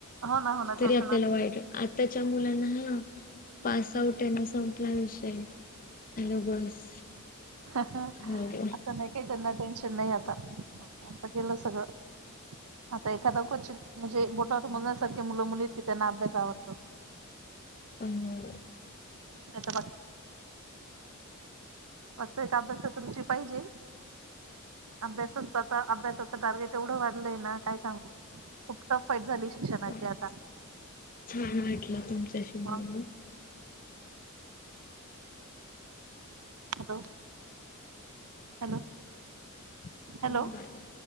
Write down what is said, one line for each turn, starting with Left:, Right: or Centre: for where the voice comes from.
Right: हो ना हो ना
Left: तरी
Right: तेच
Left: आपल्याला
Right: ना
Left: वाईट. आताच्या मुलांना हा- पास आउट आहेना, संपला विषय. म बस.
Right: असं
Left: हो.
Right: नाही काही त्यांना टेन्शन नाही आता- गेलं सगळं. आता एखादां क्वचित म्हणजे बोटावर मोजण्यासारखे मुलं मुली- त्यांना अभ्यास आवडतो.
Left: पण हो,
Right: नाही तर अस एक अभ्यासात रुची पाहिजे. अभ्यासच आता. अभ्यासाचं टार्गेट एवढं वाढलंय ना काय सांगू? खूप- टफ फाईट झाली शिक्षणाची
Left: चालेल.
Right: आता.
Left: छान वाटलं <unintelligible>
Right: हो हॅलो. हॅलो.
Left: बोलून.
Right: हॅलो.